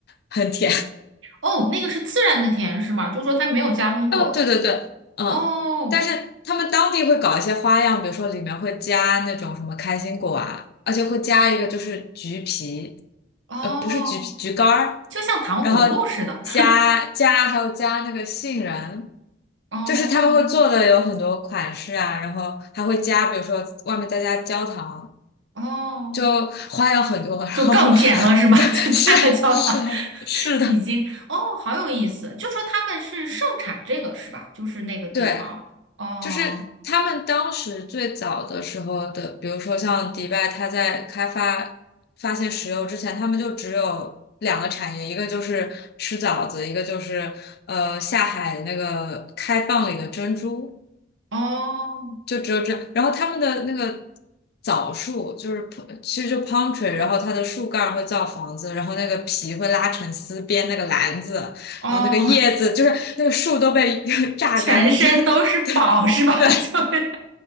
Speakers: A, on the left; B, on the right.
A: 很甜。
B: 哦，那个是自然的甜是吗？就是说它没有加工过。
A: 哦，对对对，嗯，
B: 哦
A: 但是他们当地会搞一些花样，比如说里面会加那种什么开心果啊，而且会加一个就是橘皮，
B: 哦，
A: 呃，不是橘皮，橘干儿，
B: 就像糖葫芦似的。
A: 然后加加还有加那个杏仁，
B: <laughs> 哦
A: 就是他们会做的有很多款式啊，然后还会加，比如说外面再加焦糖，
B: 哦
A: 就花样很多，然后
B: 就更甜了是吗？
A: <laughs> 对，
B: <laughs> 就加了焦糖，
A: 是是是的，
B: <laughs> 已经哦，好有意思。就说他们是盛产这个是吧？就是那个地方，
A: 对，
B: 哦
A: 就是他们当时最早的时候的，比如说像迪拜，他在开发发现石油之前，他们就只有两个产业，一个就是吃枣子，一个就是呃下海那个开蚌里的珍珠，
B: 哦
A: 就只有这。然后他们的那个枣树就是 p- 其实就 palm tree，然后它的树干儿会造房子，然后那个皮会拉成丝编那个篮子，
B: 哦，
A: 然后那个叶子就是那个树都被 <laughs>
B: <laughs>
A: 榨干了，
B: 全身都是宝是吧？
A: 就是 <laughs> 对。对，
B: <laughs> 就是